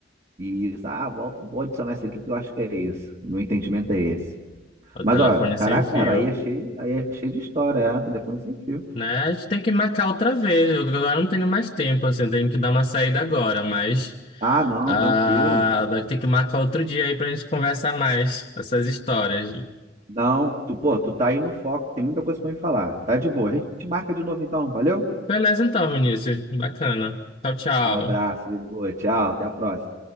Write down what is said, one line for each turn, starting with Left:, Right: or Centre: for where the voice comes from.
Right: E isso, ah, volto, vou adicionar isso aqui que eu acho que é isso. Meu entendimento é esse.
Left: O
Right: Mas,
Left: telefone
Right: ó, caraca,
Left: sem fio.
Right: cara, aí é cheio, aí é cheio de história, é, telefone sem fio.
Left: Né? A gente tem que marcar outra vez. Eu agora não tenho mais tempo, assim, eu tenho que dar uma saída agora, mas
Right: Ah, não,
Left: ah,
Right: tranquilo.
Left: vai ter que marcar outro dia aí pra gente conversar mais essas histórias.
Right: Não, tu, pô, tu tá aí no foco, tem muita coisa pra me falar. Tá de boa. A gente marca de novo então, valeu?
Left: Beleza então, Vinícius. Bacana. Tchau, tchau.
Right: Abraço, Ivo, tchau, até a próxima.